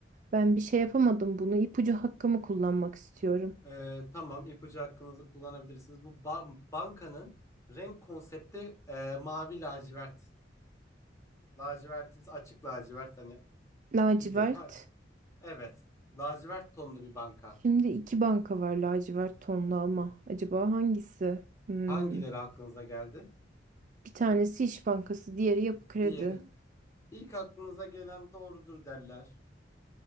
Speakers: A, on the right; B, on the left.
A: Ben bir şey yapamadım bunu. İpucu hakkımı kullanmak istiyorum.
B: Ee, tamam ipucu hakkınızı kullanabilirsiniz. Bu ba- bankanın renk konsepti e, mavi lacivert. Lacivert açık lacivert hani
A: Lacivert.
B: gibi. Ha, evet. Lacivert tonlu bir banka.
A: Şimdi iki banka var lacivert tonlu ama. Acaba hangisi? Hmm.
B: Hangileri aklınıza geldi?
A: Bir tanesi İş Bankası, diğeri Yapı Kredi.
B: Diğeri. İlk aklınıza gelen doğrudur derler.